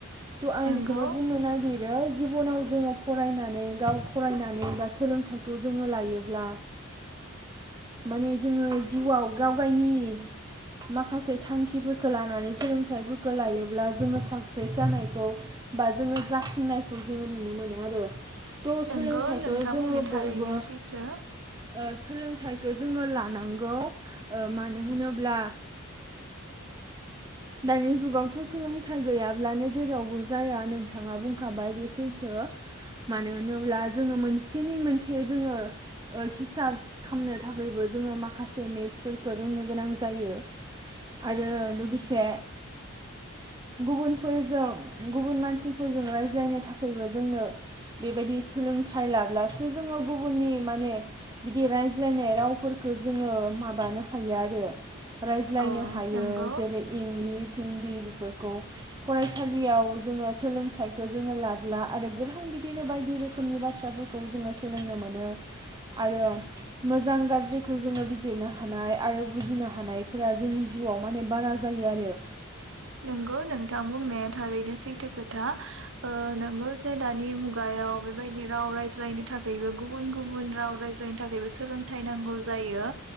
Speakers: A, on the right; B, on the right.
A: थ' आं
B: नंगौ
A: बेखौनो बुंनो नागिरो जि गुबुनाव जोङो फरायनानै गाव फरायनानै बा सोलोंथाइखौ जोङो लायोब्ला माने जोङो जिउआव गावगायनि माखासे थांखिफोरखौ लानानै सोलोंथाइफोरखौ लायोब्ला जोङो साक्सेस जानायखौ बा जोङो जाफुंनायखौ जोङो नुनो मोनो आरो थ'
B: नोंगौ
A: सोलोंथाइखौ
B: नोंथां
A: जोङो
B: बुंनाया थारैनो
A: बयबो
B: सैथो
A: ओ सोलोंथाइखौ जोङो लानांगौ ओ मानो होनोब्ला दानि जुगावथ सोलोंथाइ गैयाब्लानो जेरावबो जाया नोंथाङा बुंखाबाय बे सैथो मानो होनोब्ला जोङो मोनसेनि मोनसे जोङो ओ हिसाब खामनो थाखैबो जोङो माखासे मेटसफोरखौ रोंनो गोनां जायो आरो लोगोसे गुबुनफोरजों गुबुन मानसिफोरजों रायज्लायनो थाखैबो जोंनो बेबायदि सोलोंथाइ लाब्लासो जोङो गुबुननि माने बिद दि रायज्लायनाय रावफोरखौ जोङो माबानो हायो आरो रायज्लायनो
B: औ
A: हायो
B: नंगौ
A: जेरै इंलिस हिन्दी बेफोरखौ फरायसालियाव जोङो सोलोंथाइखौ जोङो लाब्ला आरो गोबां बिदिनो बायदि रोखोमनि बाथ्राफोरखौ जोङो सोलोंनो मोनो आरो मोजां गाज्रिखौ जोङो बिजिरनो हानाय आरो बुजिनो हानायफोरा जोंनि जिउआव माने बारा जायो आरो
B: नंगौ नोंथां बुंनाया थारैनो सैथो खोथा ओ नोंगौ जे दानि मुगायाव बेबायदि राव रायज्लायनो थाखायबो गुबुन गुबुन राव रायज्लायनो थाखायबो सोलोंथायाइ नांगौ जायो